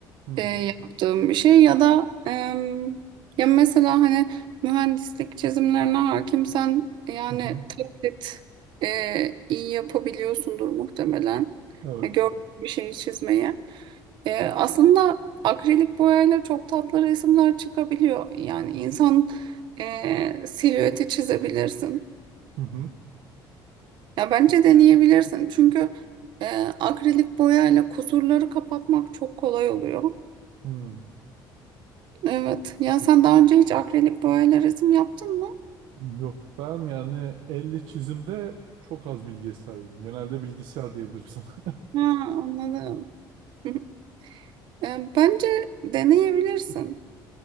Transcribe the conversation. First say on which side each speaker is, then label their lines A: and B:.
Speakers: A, on the right; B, on the right.
A: Hmm,
B: e, yaptığım bir şey ya da em, ya mesela hani mühendislik çizimlerine hakimsen yani
A: Hı hı.
B: taklit e, iyi yapabiliyorsundur muhtemelen.
A: Evet.
B: Ya gördüğün bir şeyi çizmeye. E, aslında akrilik boyayla çok tatlı resimler çıkabiliyor. Yani insan e, silüeti çizebilirsin.
A: Hı hı.
B: Ya bence deneyebilirsin. Çünkü e, akrilik boyayla kusurları kapatmak çok kolay oluyor.
A: Hı.
B: Evet. Ya sen daha önce hiç akrilik boyayla resim yaptın mı?
A: Yok ben yani elle çizimde çok az bilgiye sahibim. Genelde bilgisayar diyebilirim sana. <laughs>
B: Ha, anladım. <laughs> E, Bence deneyebilirsin.